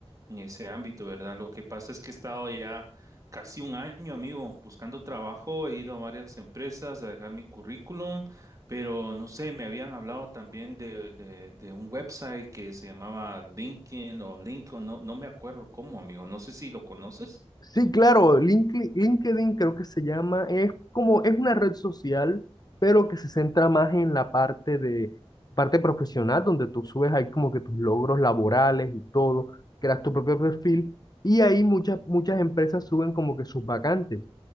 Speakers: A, on the right (about 30°); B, on the left (about 40°).
A: en ese ámbito, ¿verdad? Lo que pasa es que he estado ya casi un año, amigo, buscando trabajo. He ido a varias empresas a dejar mi currículum, pero no sé, me habían hablado también de, de, de un website que se llamaba LinkedIn o LinkedIn, no, no me acuerdo cómo, amigo. No sé si lo conoces.
B: Sí, claro, Linkli- LinkedIn creo que se llama, es como, es una red social, pero que se centra más en la parte de, parte profesional, donde tú subes ahí como que tus logros laborales y todo, creas tu propio perfil, y ahí muchas, muchas empresas suben como que sus vacantes.